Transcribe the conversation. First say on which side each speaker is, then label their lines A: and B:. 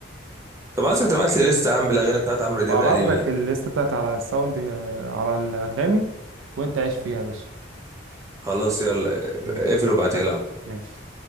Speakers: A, on the right; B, on the right.
A: طب عايزك تبعت لي لستة يا عم بالأغاني بتاعت عمرو دياب
B: وأبعت
A: القديمة
B: لك
A: دي
B: الليستة بتاعتي على الساوند آه، على الأنغامي وأنت عيش فيها يا باشا
A: خلاص يلا
B: ماشي
A: اقفل وابعتها لي
B: ماشي